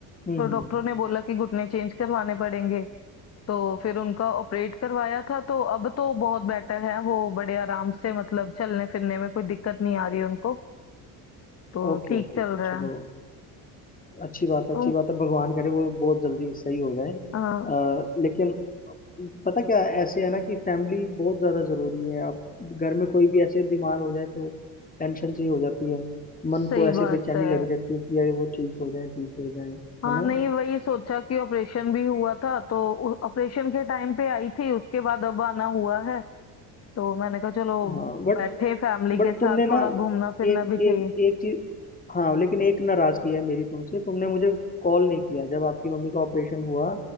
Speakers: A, on the left; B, on the left.
A: हम्म
B: तो
A: हम्म
B: डॉक्टरों ने बोला कि घुटने चेंज करवाने पड़ेंगे तो फिर उनका ऑपरेट करवाया था तो अब तो बहुत बेटर है वो बड़े आराम से मतलब चलने फिरने में कोई दिक्कत नहीं आ रही उनको तो
A: ओके
B: ठीक
A: ओके
B: चल
A: ओके
B: रहा
A: चलो
B: है
A: अच्छी बात है
B: तो
A: अच्छी बात है भगवान करे वो बहुत जल्दी सही हो जाए अ,
B: हाँ
A: लेकिन पता क्या है, ऐसे है ना कि फैमिली बहुत ज़्यादा ज़रूरी है अब घर में कोई भी ऐसे बीमार हो जाए तो टेंशन सी हो जाती है मन
B: सही
A: को ऐसे
B: बात
A: बेचैनी
B: है
A: लगी रहती है कि यार वो ठीक हो जाए ठीक हो जाए
B: हाँ
A: है ना
B: नहीं वही सोचा कि ऑपरेशन भी हुआ था तो ऑपरेशन के टाइम पे आई थी उसके बाद अब आना हुआ है तो मैंने कहा चलो
A: हाँ बट
B: बैठे फैमिली
A: बट
B: के साथ
A: तुमने ना
B: थोड़ा घूमना फिरना
A: एक
B: भी चाहिए
A: एक एक चीज हाँ लेकिन एक नाराजगी है मेरी तुमसे तुमने मुझे कॉल नहीं किया जब आपकी मम्मी का ऑपरेशन हुआ